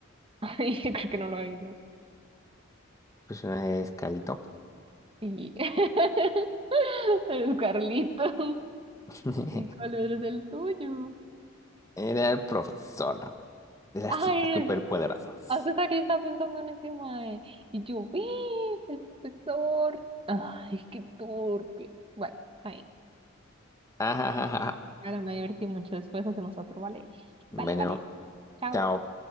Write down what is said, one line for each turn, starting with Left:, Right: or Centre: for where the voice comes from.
Right: <laughs> Ay, yo creo que no lo adivinas.
Left: personaje es Calito.
Right: Sí. <laughs> El Carlitos.
Left: <laughs>
Right: ¿Y cuál es el tuyo?
Left: Era el profesor de las
Right: Ay,
Left: chicas superpoderosas.
Right: hasta que yo estaba pensando en ese mae. Y yo, ¡eh! El profesor. Ay, qué torpe. Bueno. ahí.
Left: <laughs> Ajajaja.
Right: Claro, me divertí mucho. Después hacemos otro, ¿vale?
Left: Bueno,
Right: Vale, vale. Chao.
Left: chao.